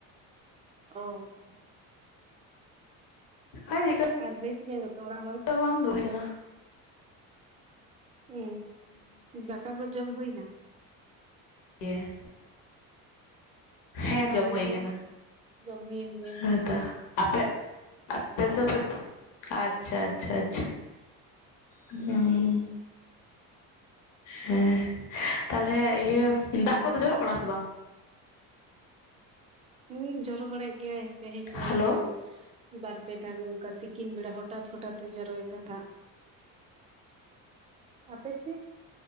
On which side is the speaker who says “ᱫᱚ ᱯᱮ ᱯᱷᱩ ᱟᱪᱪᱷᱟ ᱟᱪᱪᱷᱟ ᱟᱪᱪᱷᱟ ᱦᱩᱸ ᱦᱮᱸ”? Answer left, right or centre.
Left